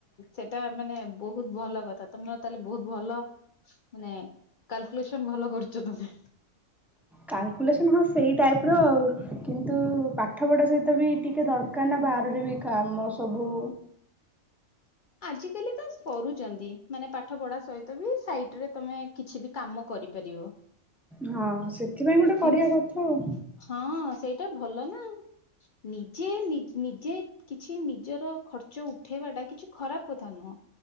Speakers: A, on the left; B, in the centre.
A: ସେଟା ମାନେ ବହୁତ ଭଲ କଥା ତମର ତାହେଲେ ବୋହୁତ ଭଲ ମାନେ କାଲକୁଲେସନ୍ ଭଲ କରୁଚ ତମେ।
B: କାଲକୁଲେସନ୍ ହଁ ସେଇ ଟାଇପ୍ ର ଆଉ କିନ୍ତୁ ପାଠ ପଢ଼ା ସହିତ ବି ଟିକେ ଦରକାର ନା ବାହାରରେ ବି କାମ ସବୁ
A: ଆଜିକାଲି ତ ସରୁଚନ୍ତି ମାନେ ପାଠ ପଢା ସହିତ ବି ସାଇଟ୍ ରେ ତମେ କିଛି ବି କାମ କରିପାରିବ।
B: ହଁ ସେଥିପାଇଁ ଗୋଟେ
A: କିନ୍ତୁ
B: କରିବା କଥା ଆଉ।
A: ହଁ ସେଇଟା ଭଲ ନା ନିଜେ ନିଜ୍ ନିଜେ କିଛି ନିଜର ଖର୍ଚ୍ଚ ଉଠେଇବା ଟା କିଛି ଖରାପ କଥା ନୁହଁ।